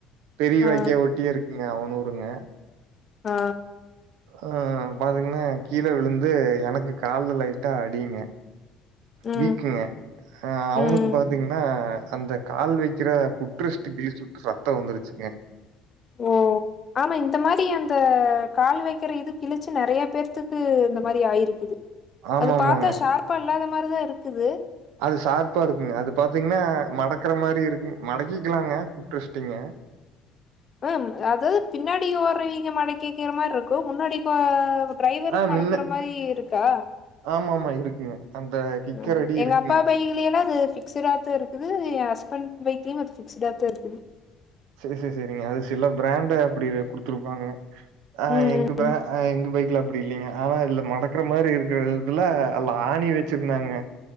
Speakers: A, on the right; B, on the left.
A: பெரிய
B: ஆ
A: வாய்க்கா ஓட் டியே இருக்குங்க அவனூருங்க
B: ஆ
A: ஆ பாதிங்கன்ன கீழ விழுந்து எனக்கு கால்லு லைட்டா அடிங்க
B: ம்
A: வீக்குங்க அ அவனுக்கு
B: ம்
A: பாத்தீங்கன்னா அந்த கால் வைக்கிற ஃபுட் ரெஸ்ட்டு கிழிச்சு விட்டு ரெத்த வந்துருச்சுங்க
B: ஓ ஆமா இந்த மாரி அந்த கால் வைக்கிற இது கிழிச்சு நெறைய பேர் த்துக்கு இந்த மாரி ஆயிருக்குது
A: ஆமா
B: அது
A: ஆமாங்க
B: பாத்தா ஷார்ப்பா இல்லாத மாரிதா இருக்குது
A: அது சாரப்பா இருக்குங்க அது பாத்தீங்கன்னா மடக்கக்குற மாரி இருக்கு மடக்கிக்கலாங்க ஃபுட்ரஸ்டிங்க
B: ம் அது பின்னாடி ஓறவங்க மடக்கி வகிற மாரி இருக்கு முன்னாடி கோ டிரைவரும்
A: ஆ
B: மடக்கற
A: மின்ன
B: மாரி இருக்கா
A: ஆமாமா இருக்குங்க அந்த கிக்கர்
B: ம்
A: அடி
B: எங்க
A: இருக்குங்க.
B: அப்பா பைலயல்லா அது பிக்ஸ்ட்த்த இருக்குது என் ஹஸ்பண்ட் பைக் லியு பிக்ஸ்ட்த்தா இருக்குது
A: செரி செரி செரிங்க அது சில பிராண்ட அப்டி குடுத்துருப்பாங்க ஆ
B: ம்
A: எங்க ப்ரா ஆ எங்க பைக்கல அப்டி இல்லிங்க ஆனா இதுல மடக்கற மாரி இருக்கதுல அல்ல ஆணி வச்சிருந்தாங்க